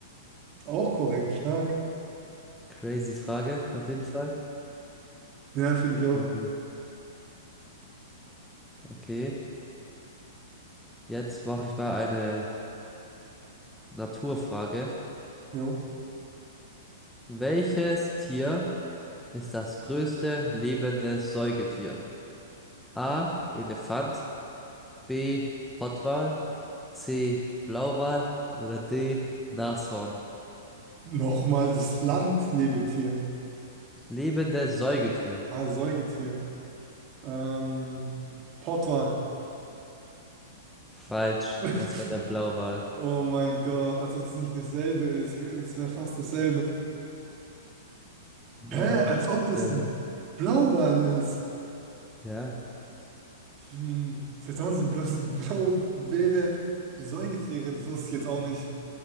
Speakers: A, on the right; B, in the centre.
A: Auch korrekt, stark.
B: Crazy Frage, auf jeden Fall.
A: Ja, finde ich auch.
B: Äh, okay, jetzt mache ich mal eine Naturfrage.
A: Jo.
B: Welches Tier ist das größte lebende Säugetier? A. Elefant, B. Pottwal, C. Blauwal oder D. Nashorn.
A: Nochmal das Land, Lebetier.
B: Lebende Säugetier.
A: Ah, Säugetier. Ähm, Pottwal.
B: Falsch,
A: <laughs>
B: es wäre der Blauwal.
A: Oh mein Gott, als ob das nicht dasselbe ist. Es wäre fast dasselbe.
B: Nein,
A: Hä? Als ob das
B: dasselbe.
A: ein Blauwal ist.
B: Ja,
A: Hm, seit wann sind bloß Blauwale <laughs> Säugetiere? Das wusste ich jetzt auch nicht.